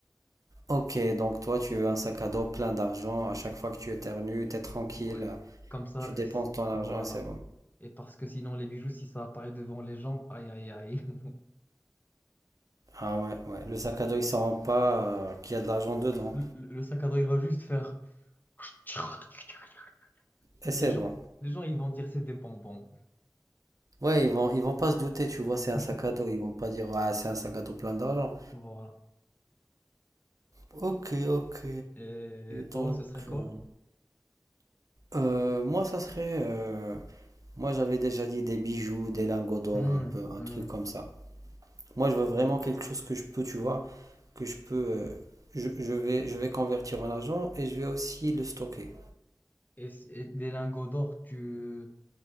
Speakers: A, on the right; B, on the left.
A: Ok, donc toi, tu veux un sac à dos plein d'argent. À chaque fois que tu éternues, t'es tranquille,
B: Ouais. Comme ça,
A: tu dépenses
B: c-
A: ton argent
B: voilà.
A: et c'est bon.
B: Et parce que sinon, les bijoux, si ça apparaît devant les gens, aïe, aïe, aïe. <laughs>
A: Ah ouais, ouais. Le sac à dos, il s'en rend pas euh, qu'il y a de l'argent dedans.
B: Le, le- le sac à dos, il va juste faire. <laughs>
A: Et c'est
B: Les gens,
A: bon.
B: les gens, ils vont dire c'est des bonbons.
A: Ouais, ils vont, ils vont pas se douter, tu vois, c'est
B: <laughs>
A: un sac à dos. Ils vont pas dire, ouais, c'est un sac à dos plein d'argent.
B: Voilà.
A: Ok, ok.
B: Et
A: Donc,
B: toi, ce serait quoi?
A: euh, euh, moi, ça serait, euh, moi, j'avais déjà dit des bijoux, des lingots d'or,
B: Hmm,
A: un peu, un
B: hmm.
A: truc comme ça. Moi, je veux vraiment quelque chose que je peux, tu vois. que je peux, euh, je, je vais, je vais convertir en argent et je vais aussi le stocker.
B: Et, c- et des lingots d'or, tu...